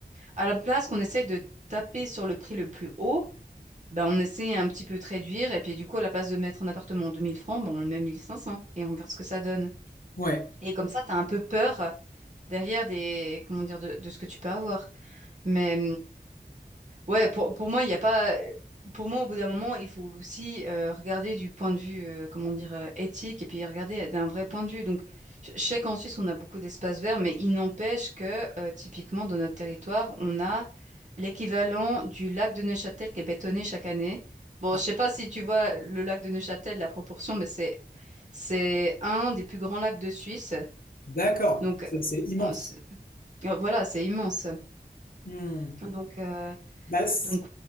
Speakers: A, on the right (about 45°); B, on the left (about 55°).
A: à la place qu'on essaye de taper sur le prix le plus haut, ben on essaie un petit peu de réduire et puis du coup à la place de mettre un appartement en 2000 francs, ben on le met 1500 et on regarde ce que ça donne.
B: oui.
A: Et comme ça, tu as un peu peur derrière des comment dire de de ce que tu peux avoir. Mais Ouais, pour, pour moi, il n'y a pas. Pour moi, au bout d'un moment, il faut aussi euh, regarder du point de vue, euh, comment dire, euh, éthique, et puis regarder d'un vrai point de vue. Donc, je je sais qu'en Suisse, on a beaucoup d'espaces verts, mais il n'empêche que, euh, typiquement, dans notre territoire, on a l'équivalent du lac de Neuchâtel qui est bétonné chaque année. Bon, je
B: Ouais.
A: sais pas si tu vois le lac de Neuchâtel, la proportion, mais c'est c'est un des plus grands lacs de Suisse.
B: D'accord,
A: Donc,
B: c'est
A: euh,
B: c'est immense.
A: on s- euh, voilà, c'est immense.
B: Hmm.
A: Donc, euh,
B: Bah, c-
A: donc